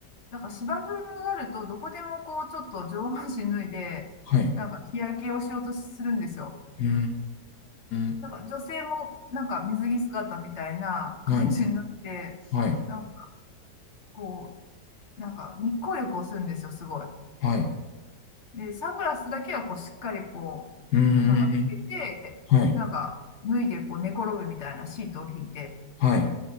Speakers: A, on the left; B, on the left.
A: なんか芝生があるとどこでもこう、ちょっと上半身脱いで、
B: はい。
A: なんか日焼けをしようとするんですよ。
B: うーん。
A: なんか女性もなんか水着姿みたいな感じになって、
B: はい。はい。
A: なんかこう、なんか日光浴をするんですよ、すごい。
B: はい。
A: で、サングラスだけはこう、しっかりこ
B: うーん。
A: う、なんかつけて、
B: はい。
A: なんか脱いでこう寝転ぶみたいなシートを引いて、
B: はい。